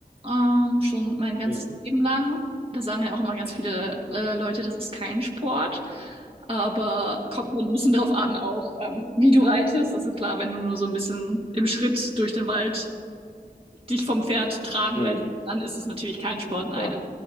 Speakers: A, on the right (about 35°); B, on the left (about 30°).
A: ähm, schon mein ganzes
B: Mhm.
A: Leben lang. Da sagen ja auch immer ganz viele äh, Leute, das ist kein Sport. Aber kommt halt ein bisschen drauf an, auch ähm, wie du reitest. Also klar, wenn du nur so ein bisschen im Schritt durch den Wald dich vom Pferd tragen
B: Mhm.
A: lässt, dann ist es natürlich kein Sport, nein.
B: Ja,